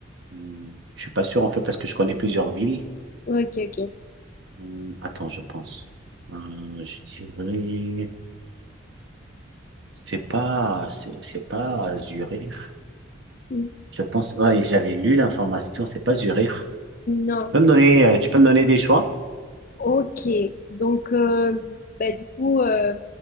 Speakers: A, on the right (about 60°); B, on the left (about 40°).
A: Hmm, Je suis pas sûr, en fait, parce que je connais plusieurs villes.
B: ok, ok.
A: Hmm, Attends, je pense. Euh, je dirais... C'est pas... C'est c'est pas Zurich.
B: Mm.
A: Je pense... Ouais, j'avais lu l'information, c'est pas Zurich.
B: Non,
A: Tu peux me donner, euh, tu peux me donner des choix?
B: ok. Donc, euh, bah, du coup, euh,